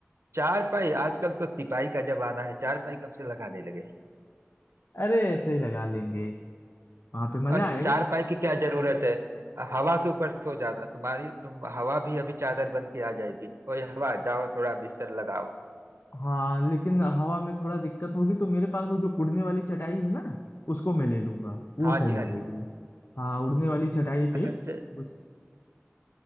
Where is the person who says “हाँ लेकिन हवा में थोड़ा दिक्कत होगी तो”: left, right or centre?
Left